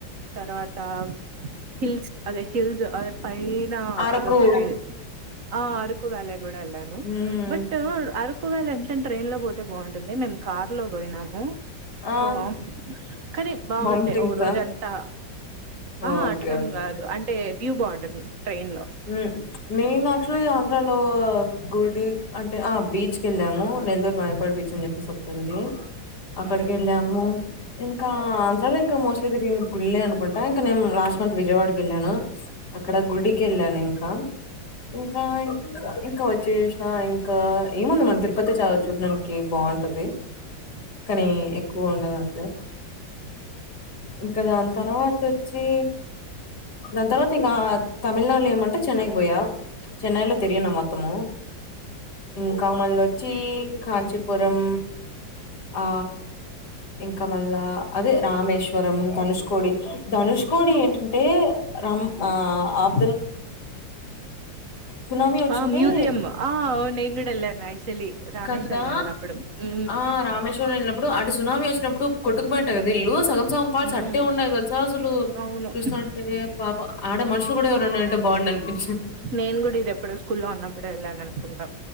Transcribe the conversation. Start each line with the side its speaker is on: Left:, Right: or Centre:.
Right: తర్వాత హిల్స్ అది హిల్స్ అది పైనా
Left: అరకు
Right: అది ఒకటి ఆ అరకు వ్యాలీ కూడా వెళ్ళాను
Left: ఉమ్
Right: బట్ అరకు వ్యాలీ ఎంతైనా ట్రైన్ లో పోతే బాగుంటుంది మేము కార్ లో పోయినాము సో
Left: ఆ
Right: కానీ బాగుండే
Left: హోమ్ థింగ్సా
Right: ఒక రోజు అంతా ఆ
Left: ఓకే
Right: అట్లని
Left: ఓకే
Right: కాదు అంటే వ్యూ బాగుంటుంది ట్రైన్ లో
Left: హ్మ్ నేను యాక్చువల్లీ ఆంధ్రాలో గుడి అంటే ఆ బీచ్ కి వెళ్ళాము నెల్లూరు మాయపాడి బీచ్ అని చెప్పేసి ఒకటుంది అక్కడికి
Right: ఆ
Left: వెళ్ళాము ఇంకా ఆంధ్రాలో ఇంకా మోస్ట్లీ తిరిగింది గుళ్ళు అనుకుంటా ఇంకా నేను లాస్ట్ మంత్ విజయవాడకి వెళ్ళాను అక్కడ గుడికెళ్ళాను ఇంకా ఇంకా ఇంకా ఇంకా వచ్చేసిన ఇంకా ఏముంది మన తిరుపతి చాలా చూడానికి బాగుంటది
Right: ఉ
Left: కానీ ఎక్కువ ఉండదు అంతే ఇంకా దాని తర్వాత వచ్చి దాని తర్వాత ఇంకా తమిళనాడులో ఏమంటే చెన్నైకి పోయా చెన్నైలో తిరిగిన మొత్తము ఇం ఇంకా మల్లొచ్చి కాంచీపురం ఆ ఇంకా మళ్ళా అదే రామేశ్వరం ధనుష్కోడి ధనుష్కోడి ఏంటంటే రమ్ ఆ అబ్ సునామీ వచ్చింటే
Right: ఆ మ్యూజియమ్ ఆ అవును నేను కూడ ఎలన్న ఆక్చులీ రామేశ్వరం
Left: కదా
Right: వెళ్ళ అప్పుడు ఊ
Left: ఆ రామేశ్వరంలో వెళ్నప్పుడు అటు సునామ వచ్చినప్పుడు కొట్టుపోయింట కద ఇల్లు సగం సం పాట్స్
Right: హ్మ్.
Left: అట్టే ఉన్నాయి తెలుసా అసలు
Right: అవును
Left: చూస్తా అంటే పాప ఆడ మనుషులు కూడా ఉండి ఉంటే బాగుండి అనిపించింది
Right: నేను కూడా ఇది ఎప్పుడో స్కూ లో ఉన్నప్పుడు వెళ్ళాను అనుకుంటాం